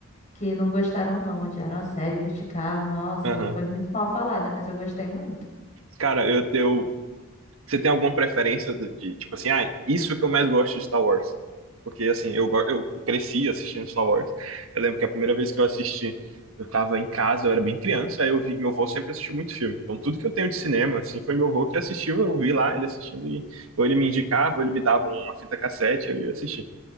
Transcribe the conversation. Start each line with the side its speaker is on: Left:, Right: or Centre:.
Left: que não gostaram, não. Odiaram a série, criticaram. Nossa,
Right: Aham.
Left: ela foi muito mal falada, mas eu gostei muito.
Right: Cara, eu, eu Você tem alguma preferência de, de, tipo assim, ah, isso que eu mais gosto de Star Wars? Porque assim, eu, go- eu cresci assistindo Star Wars. Eu lembro que a primeira vez que eu assisti, eu tava em casa, eu era bem criança, aí eu vi, meu avô sempre assistiu muito filme. Então tudo que eu tenho de cinema, assim, foi meu avô que assistiu, eu vi lá ele assistindo e ou ele me indicava, ou ele me dava uma fita cassete, eu ia assistir.